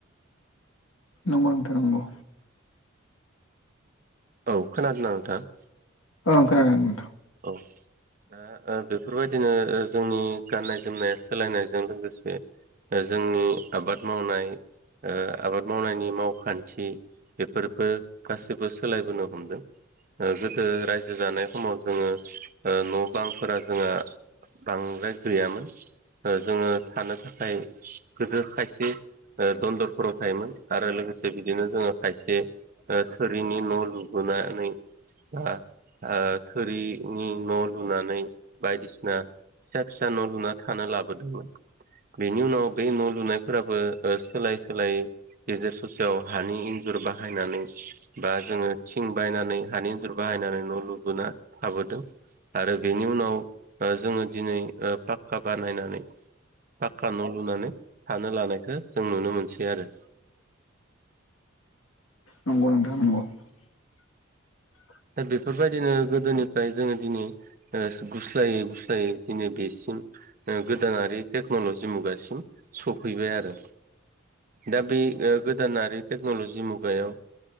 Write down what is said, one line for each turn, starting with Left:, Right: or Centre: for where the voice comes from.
Left: नंगौ नोंथां नंगौ।
Right: औ खोनादोंना नोंथां?
Left: ओं खोनादों नोंथां।
Right: औ दा ओ बेफोरबायदिनो ओ जोंनि गाननाय जोमनाया सोलायनायजों लोगोसे दा जोंनि आबाद मावनाय ओ आबाद मावनायनि मावखान्थि बेफोरबो गासैबो सोलायबोनो हमदों। ओ गोदो रायजो जानाय खमाव जोङो ओ न' बांफोरा जोङा बांद्राय गैयामोन। ओ जोङो थानो थाखाय गोदो खायसे ओ दन्दरफोराव थायोमोन आरो लोगोसे बिदिनो जोङो खायसे ओ थोरिनि न लुबोनानै बा ओ थोरिनि न' लुनानै बायदिसिना फिसा फिसा न' लुना थानो लाबोदोंमोन। बेनि उनाव बे न' लुनायफोराबो ओ सोलाय सोलायै गेजेर ससेयाव हानि इन्जुर बाहायनानै बा जोङो थिं बायनानै हानि इन्जुर बा हायनानै न' लुबोना थाबोदों आरो बेनि उनाव बा जोङो दिनै ओ पाक्का बानायनानै पाक्का न' लुनानै थानो लानायखो जों नुनो मोनसै आरो।
Left: नंगौ नोंथां नंगौ। <inaudible>
Right: दा बेफोर बायदिनो गोदोनिफ्राय जोङो दिनै ओ सु गुस्लायै गुस्लायै दिनै बेस थिं ओ गोदानारि टेक्न'लजि मुगासिम सफैबाय आरो। दा बि ओ गोदानारि टेक्न'लजि मुगायाव